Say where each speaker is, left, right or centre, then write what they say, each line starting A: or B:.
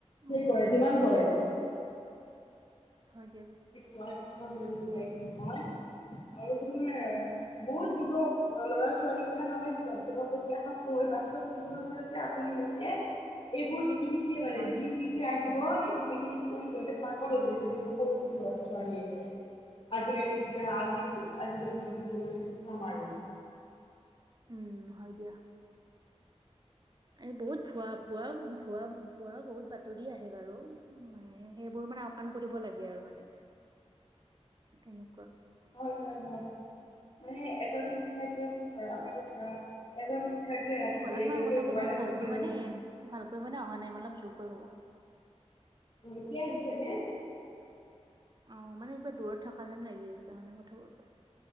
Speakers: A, on the right; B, on the left.
A: উম
B: কি কৰে যিমান কৰে
A: উম। হয় দিয়া
B: ব ন লাইছে নই আৰু তোমাৰ
A: উম
B: বহুত যুৱ লৰা ছোৱালী পৰা আমি তোমাৰ প্ৰতি বাস্তৱ জীৱনৰ পৰা যে আঁতৰি গৈছে, এইবোৰ দে কি দেখিয়ে,
A: হয়
B: যি
A: হয়
B: কি যে আহিব, সেইবোৰ দেখি দেখি মানে সিহঁতে পাগল
A: উম
B: হৈ গৈছে, যিবোৰ সৰু সৰু লৰা ছোৱালী আছে। আজিকালি ইতিহাস আজি আজিকালি গীত মান সামাৰো।
A: উম, হয় দিয়া। এই বহুত ভুৱা পোৱা, ভুৱা ভুৱা বহুত বাতৰি আহে বাৰু মানে সেইবোৰ মানে আওকাণ কৰিব লাগে আৰু মানে তেনে
B: হয় হয় হয়, মানে এজন শিক্ষাৰ্থীয়ে ধৰা, মানে ধৰা এজন শিক্ষাৰ্থীয়ে ৰাতি
A: কি কলা,
B: দেৰিলৈকে
A: তোমাৰ কথাবোৰ
B: মোবাইলত
A: মানে ভালকৈ
B: ভিডিঅ'
A: মানে ভালকৈ মানে অহা নাই মানে অলপ জোৰকৈ কবা
B: এতিয়া আহিছেনে
A: অহ, মানে কিবা দূৰত থকা যেন লাগি আছে মানে কথাবোৰ